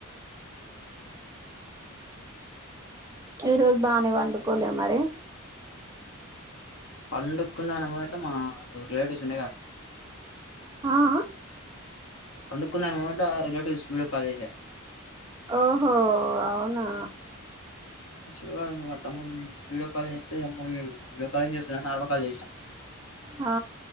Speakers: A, on the right (about 15°); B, on the left (about 70°).
A: ఈరోోజు బాగానే వండుకోలే మరి
B: పండుకుంద అనుభవట మా రిటివ్స్ ఉంటకా
A: ఆ అ
B: పడుకుంద మ ఆ రిలేటివ్స్ వీడియో కాల్ చేసా
A: ఓహో అవున్ నా
B: అస మాతము వీడియో కాల్ంగ్ చేస్తే వీడియో కాాలింగ్ చేస్తున్నా నార్మల్ కాల్ చేసినా
A: ఆ